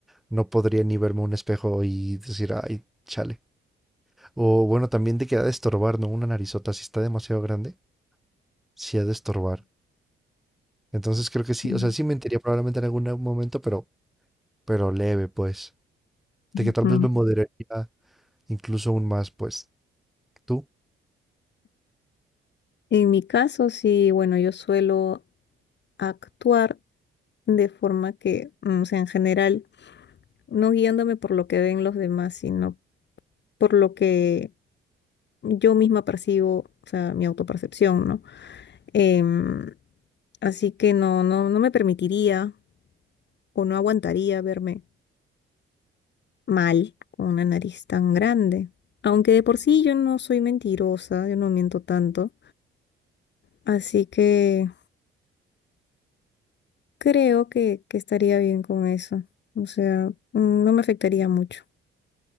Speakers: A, in the centre; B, on the left.
A: no podría ni verme un espejo y decir, ay, chale. O bueno, también de que ha de estorbar, ¿no? Una narizota, si está demasiado grande, sí ha de estorbar. Entonces creo que sí,
B: Mm.
A: o sea, sí mentiría probablemente en algún momento, pero, pero leve, pues.
B: Ujú.
A: De que tal vez me moderaría incluso aún más, pues. ¿Tú?
B: En mi caso, sí, bueno, yo suelo actuar de forma que, mm, o sea, en general, no guiándome por lo que ven los demás, sino por lo que yo misma percibo, o sea, mi autopercepción, ¿no? Em, así que no, no, no me permitiría o no aguantaría verme mal con una nariz tan grande. Aunque de por sí yo no soy mentirosa, yo no miento tanto. Así que creo que, que estaría bien con eso. O sea, mm, no me afectaría mucho.